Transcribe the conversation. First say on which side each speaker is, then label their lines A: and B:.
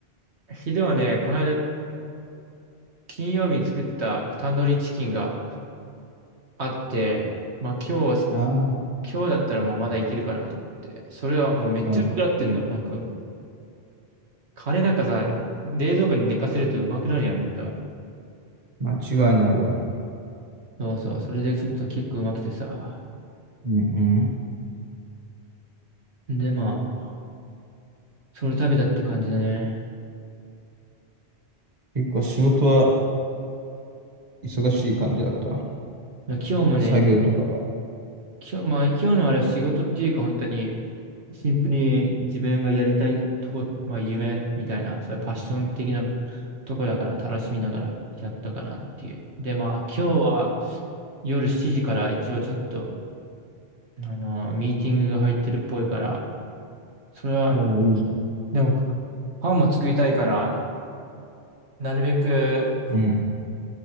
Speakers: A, on the right; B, on the right.
A: 昼はね、この間、金曜日に作ったタンドリーチキンがあって、まあ今日、
B: ああ。
A: 今日だったらもうまだいけるかなと思って、それはもうめっちゃうまくなってんの。
B: うん。
A: なんか、カレーなんかさ、冷蔵庫に寝かせるとうまくなるやん、なんか。
B: 間違いないわ。
A: そうそう。それでちょっと結構うまくてさ。
B: うんうん。
A: で、まあ、それ食べたって感じだね。
B: 結構仕事は忙しい感じだった。
A: まあ今日もね、
B: 作業とかは。
A: 今日、まあ今日のあれは仕事っていうか本当に、シンプルに自分がやりたいとこ、まあ夢みたいな、それパッション的なとこだから楽しみながらやったかなっていう。で、まあ今日は夜7時から一応ちょっと、あの、ミーティングが入ってるっぽいから、それは、
B: ああ、いいじ
A: でも、パンも作りたいから、なるべく
B: ゃん。うん。